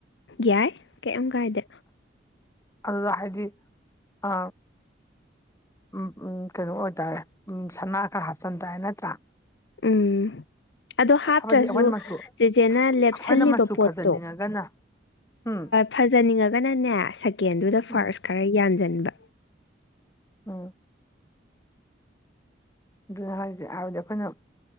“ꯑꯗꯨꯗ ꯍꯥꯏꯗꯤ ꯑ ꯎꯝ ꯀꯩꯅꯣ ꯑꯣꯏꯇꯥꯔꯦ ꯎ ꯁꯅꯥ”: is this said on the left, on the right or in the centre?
Left